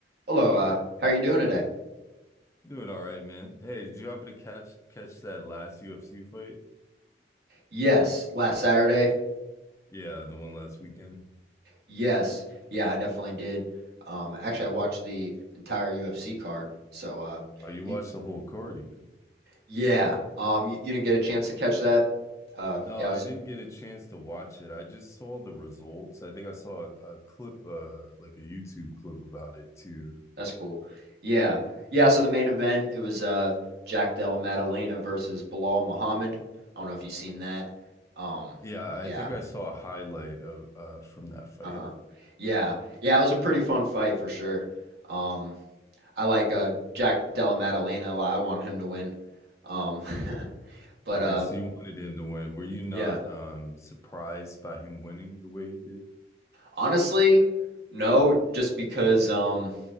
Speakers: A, on the right (about 65°); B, on the left (about 15°).
A: Hello, uh, how are you doing today?
B: Doing all right, man. Hey, did you happen to catch catch that last UFC fight?
A: Yes, last Saturday.
B: Yeah, the one last weekend.
A: Yes. Yeah, I definitely did. Um, actually, I watched the entire UFC card. So, uh,
B: Oh, you
A: y
B: watched the whole card even.
A: yeah. Um, you, you didn't get a chance to catch that? Uh,
B: No,
A: yeah,
B: I
A: it was,
B: didn't get a chance to watch it. I just saw the results. I think I saw a, a clip, uh, like a YouTube clip about it too.
A: that's cool. Yeah. Yeah, so the main event, it was uh Jack Della Maddalena versus Bilal Muhammad. I don't know if you've seen that. Um,
B: Yeah, I
A: yeah.
B: think I saw a highlight of uh from that fight.
A: Uh-huh. Yeah. Yeah, it was a pretty fun fight for sure. Um, I like uh Jack Della Maddalena a lot. I want him to win. Um, <laughs> but
B: Okay,
A: uh,
B: so you wanted him to win. Were you not
A: yeah,
B: um surprised by him winning the way he did?
A: honestly, no, just because um,